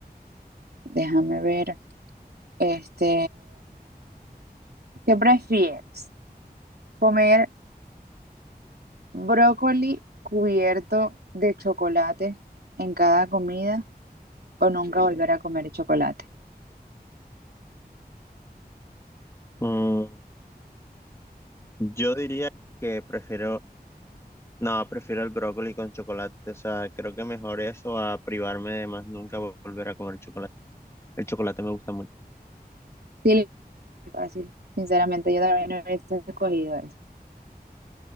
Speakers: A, on the right (about 75°); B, on the left (about 15°).
A: Déjame ver. Este, ¿qué prefieres? ¿Comer brócoli cubierto de chocolate en cada comida o nunca volver a comer chocolate?
B: Mm, yo diría que prefiero, no, prefiero el brócoli con chocolate. O sea, creo que mejor eso a privarme de más nunca volver a comer chocolate. El chocolate me gusta mucho.
A: Sí, es fácil. Sinceramente, yo también hubiese escogido eso.